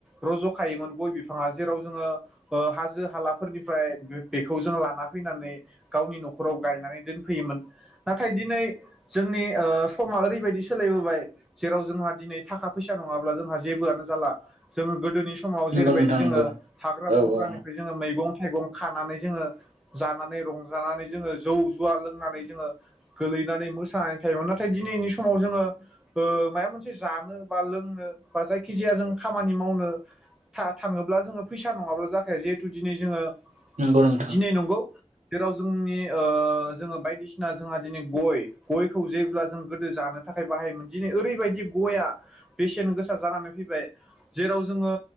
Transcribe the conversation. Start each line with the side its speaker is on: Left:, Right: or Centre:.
Centre: र' ज' खायोमोन गय बिफाङा जेराव जोङो हाजो हालाफोरनिफ्राय बेखौ जों लाना फैनानै गावनि न'खराव गायनानै दोनफैयोमोन नाथाय दिनै जोंनि समा ओरैबायदि सोलायबोबाय जेराव जोंहा दिनै थाखा फैसा नङाब्ला जोंहा जेबोआनो जाला। जोङो गोदोनि समाव
Right: नंगौ
Centre: जेरैबायदि
Right: नोंथां
Centre: जोङो
Right: नंगौ
Centre: हाग्रा
Right: औ
Centre: बंग्रानिफ्राय
Right: औ
Centre: जोङो मैगं थाइगं खानानै जोङो। जानानै रंजानानै जोङो जौ जुवा लोंनानै जोङो गोलैनानै मोसानानै थायोमोन। नाथाय दिनैनि समाव जोङो ओ माबा मोनसे जानो बा लोंनो बा जायखिजाया जों खामानि मावनो। था-थाङोब्ला जोङो फैसा नङाब्ला जाखाया जेहेथु दिनै जोङो
Right: नंगौ नोंथां
Centre: दिनै नंगौ जेराव जोंनि ओ जोङो बायदिसिना जोंहा दिनै गय गयखौ जेब्ला जों गोदो जानो थाखाय बाहायोमोन दिनै ओरैबायदि गया बेसेन गोसा जानानै फैबाय। जेराव जोङो